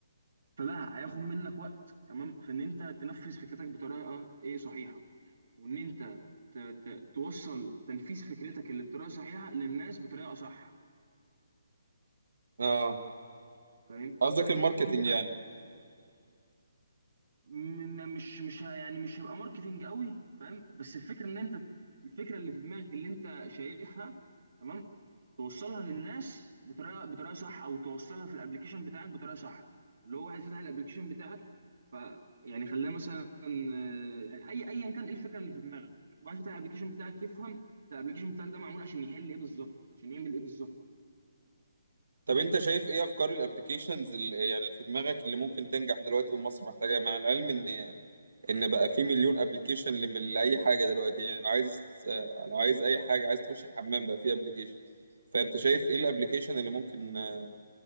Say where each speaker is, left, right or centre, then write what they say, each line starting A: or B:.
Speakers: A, on the right; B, on the right.
A: فده هياخد منك وقت تمام في ان انت تنفذ فكرتك بطريقه ايه صحيحه وان انت ت... ت... توصل تنفيذ فكرتك اللي بطريقه صحيحه للناس بطريقه صح
B: آه.
A: فاهم
B: قصدك الماركتينج
A: فانت
B: يعني
A: م- م- مش مش ه- يعني مش هيبقى ماركتينج قوي فاهم بس الفكره ان انت الفكره اللي في دماغك اللي انت شايفها تمام توصلها للناس بطريقه بطريقه صح او توصلها في الابلكيشن بتاعك بطريقه صح اللي هو واحد فتح الابلكيشن بتاعك ف يعني خلاه مثلا آه، يعني اي ايا كان ايه الفكره اللي في دماغك واحد فتح الابلكيشن بتاعك يفهم الابلكيشن بتاعك ده معمول عشان يحل ايه بالظبط عشان يعمل ايه بالظبط
B: طب انت شايف ايه افكار الابلكيشنز يعني اللي في دماغك اللي ممكن تنجح دلوقتي ومصر محتاجاها مع العلم ان ان بقى في مليون ابلكيشن لاي حاجه دلوقتي يعني لو عايز لو عايز اي حاجه عايز تخش الحمام بقى في ابلكيشن فانت شايف ايه الابلكيشن اللي ممكن آه،